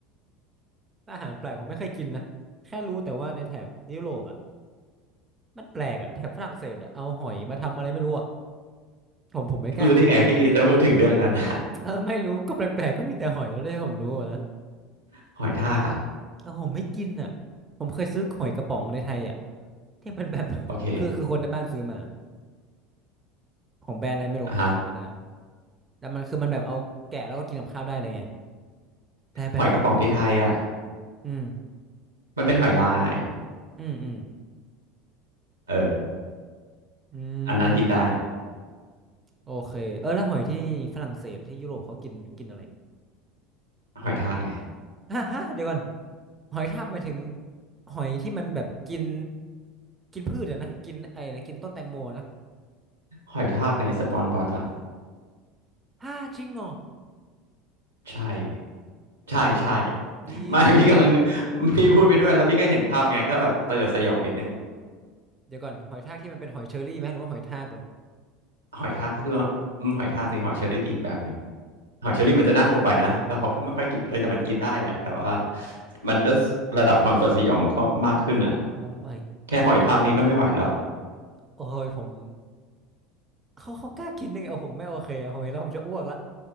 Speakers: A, on the right; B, on the right.
A: อาหารแปลกผมไม่เคยกินนะแค่รู้แต่ว่าในแถบยุโรปอ่ะมันแปลกอ่ะแถบฝรั่งเศสอ่ะเอาหอยมาทำอะไรไม่รู้อ่ะผมผมไม่กล้ากิน
B: รู้ได้ไงพี่จะพูดถึงเรื่องนั้น
A: เออไม่รู้ก็แปลกๆก็มีแต่หอยแล้วได้ผมรู้อะนะ
B: <laughs> หอยทากอ่ะ
A: เออผมไม่กินอ่ะผมเคยซื้อหอยกระป๋องในไทยอ่ะที่มันแบบ <laughs>
B: โอเค
A: คือคือคนในบ้านซื้อมาของแบรนด์อะไรไม่รู้ผมจำไม่ได้
B: อ่ะฮะ
A: แต่มันคือมันแบบเอาแกะแล้วก็กินกับข้าวได้เลยไงแต่แบบ
B: หอยกระป๋องที่ไทยอ่ะ
A: อืม
B: มันเป็นหอยลาย
A: อืมอืม
B: เออ
A: อื
B: อันนั้นกินได้
A: มโอเคเออแล้วหอยที่ฝรั่งเศสหรือที่ยุโรปเขากินกินอะไร
B: หอยทากไง
A: ฮะฮะเดี๋ยวก่อนหอยทากหมายถึงหอยที่มันแบบกินกินพืชอะนะกินไอ้นะกินต้นแตงโมนะ
B: หอยทากในสปอนบอสอ่ะ
A: ฮ่าจริงเหรอ
B: ใช่ใช่ใช่
A: อิว
B: ไม่ <laughs> พี่กำลังนึกพี่พูดไปด้วยแล้วพี่ก็เห็นภาพไงก็แบบสยดสยองนิดนึง
A: เดี๋ยวก่อนหอยทากที่มันเป็นหอยเชอรี่ไหมหรือว่าหอยทากเลย
B: หอยทากก็คืออืมหอยทากสิหอยเชอรี่ก็อีกแบบหนึ่งหอยเชอรี่มันจะน่ากลัวไปนะแล้วเขาก็ไม่ค่อยกินเออแต่มันกินได้แหละแต่ว่ามันก็ระดับความสดสีออกมันก็มากขึ้นอ่ะ
A: โอ้ my
B: แค่หอยทากนี้ก็ไม่ไหวแล้ว
A: โอ้ยผมเขาเขากล้ากินยังไงเอาผมไม่โอเคอะผมเห็นแล้วผมจะอ้วกละ